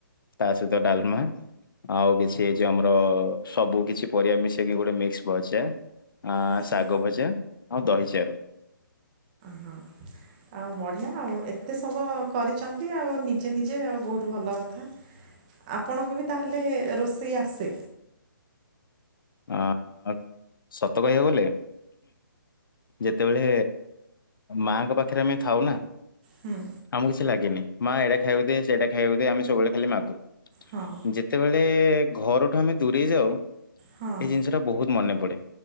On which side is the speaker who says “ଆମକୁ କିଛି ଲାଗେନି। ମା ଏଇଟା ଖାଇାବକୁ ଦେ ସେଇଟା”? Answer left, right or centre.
Left